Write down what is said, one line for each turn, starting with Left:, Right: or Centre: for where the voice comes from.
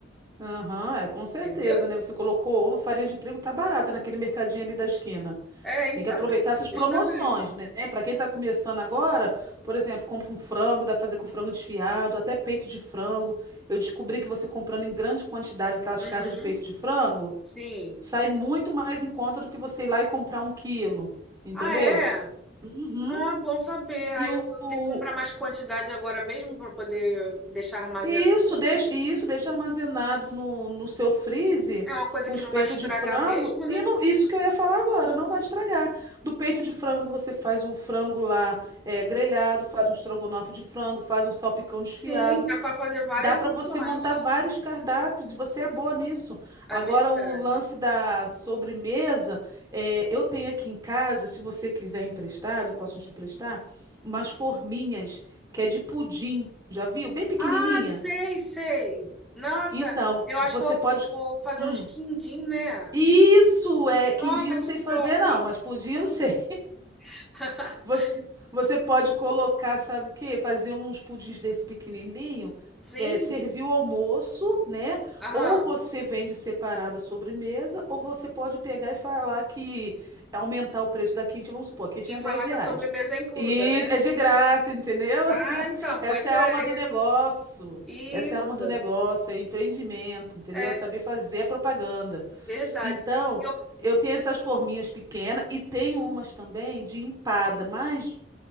Right: Aham, é, com certeza,
Centre: Entendeu?
Right: né? Você colocou ovo, farinha de trigo, tá barata naquele mercadinho ali da esquina.
Centre: É, então,
Right: Tem que aproveitar essas
Centre: justamente.
Right: promoções, né? Para quem está começando agora, por exemplo, compra um frango, dá para fazer com frango desfiado, até peito de frango. Eu descobri que você comprando em grande quantidade aquelas
Centre: Uhum,
Right: caixas de peito de frango,
Centre: sim.
Right: sai muito mais em conta do que você ir lá e comprar um quilo, entendeu?
Centre: Ah, é?
Right: Uhum.
Centre: Ah, bom saber.
Right: E
Centre: Aí
Right: o,
Centre: eu vou
Right: o,
Centre: ter que comprar mais quantidade agora mesmo para poder deixar armazenado,
Right: Isso, deixa,
Centre: né?
Right: e isso deixa armazenado no, no seu freezer
Centre: É uma coisa
Right: os
Centre: que não
Right: peitos
Centre: vai estragar
Right: de frango.
Centre: mesmo, né?
Right: E não- isso que eu ia falar agora, não vai estragar. Do peito de frango, você faz o frango lá é, grelhado, faz um estrogonofe de frango, faz um salpicão desfiado.
Centre: Sim, dá para fazer várias
Right: Dá para
Centre: opções.
Right: você montar vários cardápios e você é boa nisso. Agora,
Centre: É verdade.
Right: o lance da sobremesa, é, eu tenho aqui em casa, se você quiser emprestado, eu posso te emprestar, umas forminhas que é de pudim. Já viu? Bem pequenininha.
Centre: Ah, sei, sei. Nossa,
Right: Então,
Centre: eu
Right: você
Centre: acho que eu vou,
Right: pode.
Centre: vou fazer
Right: Hum.
Centre: uns quindim, né?
Right: Isso é.
Centre: Nossa,
Right: Quindim eu
Centre: que
Right: não sei fazer,
Centre: top.
Right: não, mas pudim eu sei.
Centre: <laughs>
Right: Você, você pode colocar, sabe o quê? Fazer uns pudins desse pequenininho,
Centre: Sim,
Right: é, servir o almoço, né?
Centre: aham.
Right: Ou você vende separado a sobremesa, ou você pode pegar e falar que aumentar o preço da quentinha, vamos supor, a quentinha
Centre: E falar
Right: é 10 reais.
Centre: que a sobremesa é inclusa,
Right: Isso,
Centre: né?
Right: é de graça, entendeu?
Centre: Ah,
Right: <laughs>
Centre: então, boa
Right: Essa
Centre: ideia.
Right: é a alma do negócio.
Centre: Isso,
Right: Essa é a alma do negócio, é empreendimento, entendeu?
Centre: é
Right: É saber fazer a propaganda.
Centre: verdade.
Right: Então,
Centre: E eu,
Right: eu tenho essas forminhas pequenas e tenho umas também de empada, mas